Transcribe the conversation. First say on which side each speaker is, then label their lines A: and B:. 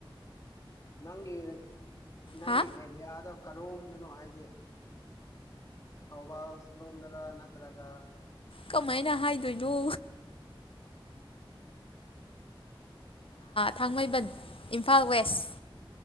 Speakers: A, on the left; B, on the left.
A: ꯅꯪꯒꯤ ꯅꯪꯒꯤ
B: ꯍꯥ
A: ꯑꯦꯔꯤꯌꯥꯗꯣ ꯀꯔꯣꯝꯗꯅꯣ ꯍꯥꯏꯗꯤ꯫ ꯊꯧꯕꯥꯜ ꯔꯣꯝꯗꯔ ꯅꯠꯇ꯭ꯔꯒ
B: ꯀꯃꯥꯏꯅ ꯍꯥꯏꯗꯣꯏꯅꯣ꯫ ꯊꯥꯡꯃꯩꯕꯟ ꯏꯝꯐꯥꯜ ꯋꯦꯁ꯫